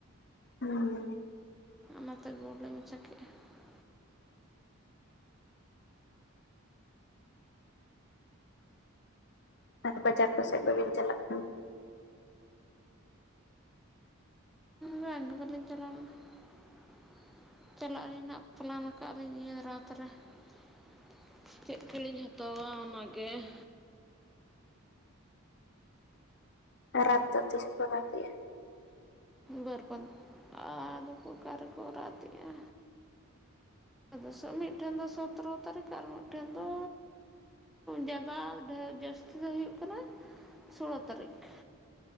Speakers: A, on the left; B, in the centre.
A: ᱦᱩᱸ ᱾
B: ᱚᱱᱟᱛᱮ ᱜᱩᱲᱞᱟᱹᱧ ᱢᱮᱥᱟ ᱠᱮᱜᱼᱟ ᱾ <inaudible>
A: ᱟᱨ ᱵᱟᱡᱟᱨ ᱠᱚᱥᱮᱫ ᱵᱟᱹᱵᱤᱱ ᱪᱟᱞᱟᱜ ᱠᱟᱱᱟ?
B: ᱵᱟᱝ ᱜᱮ ᱵᱟᱞᱤᱧ ᱪᱟᱞᱟᱣ ᱞᱮᱱᱟ <inaudible> ᱪᱟᱞᱟᱜ ᱟᱹᱞᱤᱧ ᱱᱟᱜ ᱯᱚᱞᱟᱱ ᱠᱟᱜᱼᱟ ᱟᱹᱞᱤᱧ ᱱᱤᱭᱟᱹ ᱨᱟᱛᱷ ᱨᱮ <inaudible> ᱪᱮᱫ ᱠᱚᱞᱤᱧ ᱦᱟᱛᱟᱣᱟ ᱚᱱᱟᱜᱮ ᱾
A: ᱨᱟᱛᱷ ᱫᱚ ᱛᱤᱥ ᱠᱚ ᱨᱟᱛᱷ ᱛᱮᱜᱼᱟ?
B: ᱵᱟᱹᱨᱯᱟ ᱟᱫᱚᱠᱚ ᱚᱠᱟ ᱨᱮᱠᱚ ᱨᱟᱛᱷ ᱮᱜᱼᱟ᱾ ᱟᱫᱚ ᱢᱤᱫᱴᱷᱮᱱ ᱫᱚ ᱥᱚᱛᱨᱚ ᱛᱟᱹᱨᱤᱠᱷ ᱟᱨ ᱢᱤᱫᱴᱷᱮᱱ ᱫᱚ ᱡᱟᱫᱟ ᱰᱷᱮᱨ ᱡᱟᱹᱥᱛᱤ ᱫᱚ ᱦᱩᱭᱩᱜ ᱠᱟᱱᱟ ᱥᱩᱞᱳ ᱛᱟᱹᱨᱤᱠᱷ,